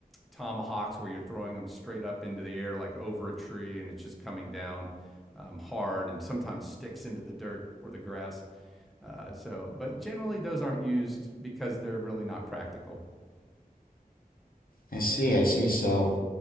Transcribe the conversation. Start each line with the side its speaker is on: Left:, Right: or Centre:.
Centre: tomahawks, where you're throwing them straight up into the air, like over a tree, and it's just coming down um, hard and sometimes sticks into the dirt or the grass. Uh, so, but generally, those aren't used because they're really not practical.
Left: I see, I see. So